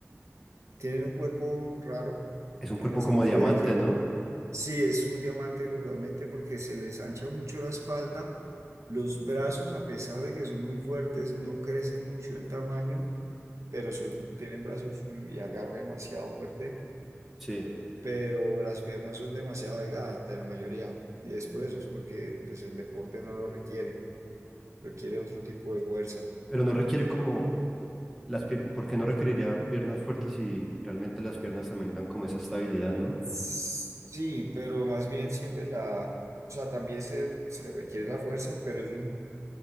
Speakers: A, on the right; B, in the centre.
A: tienen un cuerpo raro
B: Es un
A: en
B: cuerpo
A: el sentido
B: como diamante,
A: de que
B: ¿no?
A: sí es un diamante totalmente porque se les ancha mucho la espalda, los brazos a pesar de que son muy fuertes no crecen mucho en tamaño, pero son, tienen brazos y agarre demasiado fuerte,
B: Sí.
A: pero las piernas son demasiado delgadas de la mayoría y es por eso, es porque pues el deporte no lo requiere, requiere otro tipo de fuerza.
B: Pero no requiere como las piernas, porque no requeriría piernas fuertes si realmente las piernas también dan como esa estabilidad, ¿no?
A: Sí, pero más bien sirve la, o sea, también se, se requiere la fuerza, pero es un,